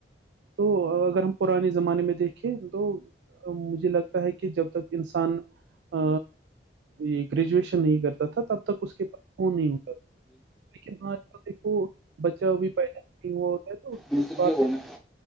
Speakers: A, on the right (about 75°); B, in the centre.
A: تو اگر ہم پرانے زمانے میں دیکھیں تو مجھے لگتا ہے کہ جب تک انسان ا یہ گریجویشن نہیں کرتا تھا تب تک اس کے پاس فون نہیں ہوتا تھا لیکن آج وہ بچہ بھی پیدا نہیں ہوا ہوتا ہے تو
B: دوسری
A: اس بد
B: جگہ بولنا
A: میں